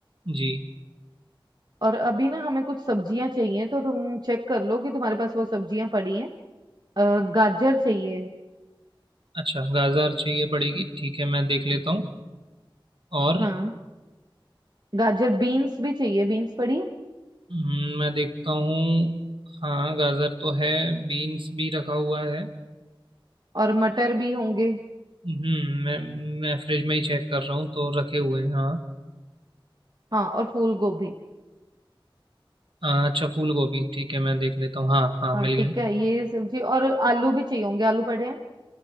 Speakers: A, on the right (about 70°); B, on the right (about 50°).
A: जी
B: और अभी ना हमें कुछ सब्जियां चाहिए तो तुम चेक कर लो कि तुम्हारे पास वो सब्जियां पड़ी हैं अ, गाजर चाहिए
A: अच्छा गाजर चाहिए पड़ेगी ठीक है मैं देख लेता हूँ और
B: हाँ गाजर बीन्स भी चाहिए बीन्स पड़ी है?
A: हम्म, मैं देखता हूँ हाँ गाजर तो है बीन्स भी रखा हुआ है
B: और मटर भी होंगे
A: हम्म मैं मैं फ्रिज में ही चेक कर रहा हूँ तो रखे हुए हैं हाँ
B: हाँ और फूल गोभी
A: आ, अच्छा फूल गोभी ठीक है मैं देख लेता हूँ हाँ हाँ
B: हाँ
A: मिल
B: ठीक
A: गया
B: है ये सब्जी और आलू भी चाहिए होंगे आलू पड़े हैं